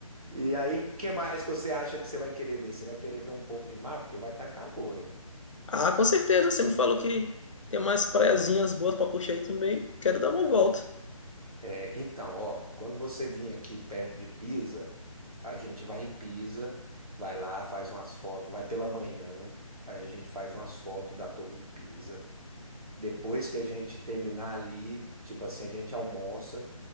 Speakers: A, on the right; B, on the left.
A: E aí, o que mais que você acha que você vai querer ver? Você vai querer ver um pouco de mar, porque vai estar calor, hein?
B: Ah, com certeza, você me falou que tem umas praiazinhas boas pra curtir aí também. Quero dar uma volta.
A: É, então, ó, quando você vir aqui perto de Pisa, a gente vai em Pisa, vai lá, faz umas fotos, vai pela manhã, aí a gente faz umas fotos da Torre de Pisa. Depois que a gente terminar ali, tipo assim, a gente almoça